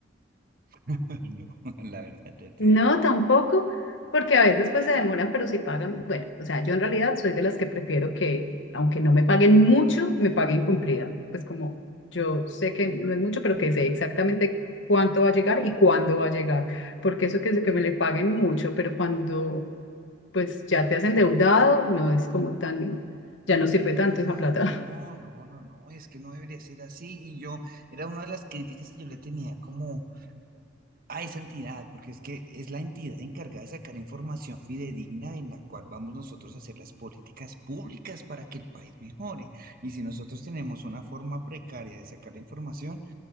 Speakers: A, on the right; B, on the left.
A: <laughs> no, la verdad, ya te
B: no
A: digo, no.
B: tampoco, porque a veces pues se demoran, pero si pagan. Bueno, o sea, yo en realidad soy de las que prefiero que, aunque no me paguen mucho, me paguen cumplida. Pues como yo sé que no es mucho, pero que sé exactamente cuánto va a llegar y cuándo va a llegar. Porque eso que, que me le paguen mucho, pero cuando pues ya te has endeudado, no es como tan, ya no sirve
A: Y
B: tanto esa plata.
A: no, no, no, no, es que no debería ser así. Y yo, era una de las críticas que yo le tenía como a esa entidad, porque es que es la entidad encargada de sacar información fidedigna en la cual vamos nosotros a hacer las políticas públicas para que el país mejore. Y si nosotros tenemos una forma precaria de sacar la información,